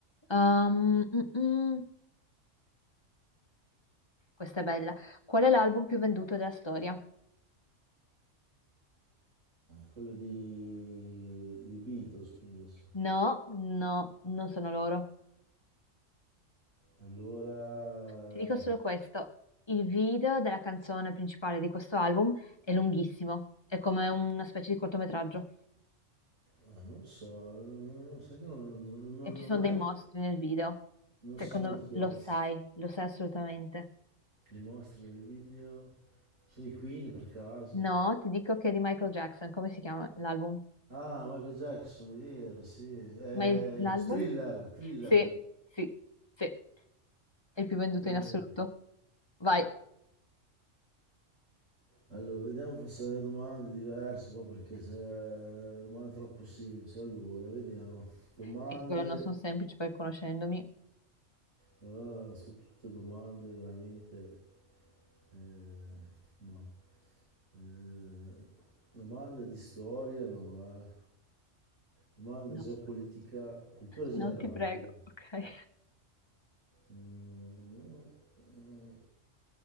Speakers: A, on the left (about 20°); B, on the right (about 80°).
A: Ehm, mm, mm. Questa è bella. Qual è l'album più venduto della storia?
B: Quello di, di Beatles, penso.
A: No, no, non sono loro.
B: Allora,
A: Ti dico solo questo. Il video della canzone principale di questo album è lunghissimo, è come una specie di cortometraggio
B: ah, non so, non, non- sai che non, non- non-
A: e ci
B: non ho
A: sono
B: mai,
A: dei mostri nel video.
B: non lo
A: Secondo
B: sono mai chiesto.
A: me lo sai, lo sai assolutamente.
B: Le mostre, i video, sono i Queen per caso.
A: No, ti dico che è di Michael Jackson, come si chiama l'album?
B: Ah, Michael Jackson, è vero, sì. Eh,
A: Ma il- l'album?
B: thriller, thriller,
A: Sì, sì, sì, è il più venduto
B: è vero.
A: in assoluto. Vai,
B: Allora, vediamo se le domande diverse qua perché se eh, domande troppo semplici. Allora, vediamo. Domande
A: sì, quello non sono semplice per conoscendomi.
B: Ah, sono tutte domande veramente... eh, ma, eh, domande di storia, no, eh. Domande
A: No,
B: geopolitica, cultura generale.
A: no, ti prego,
B: vediamo.
A: ok.
B: Mm, mm.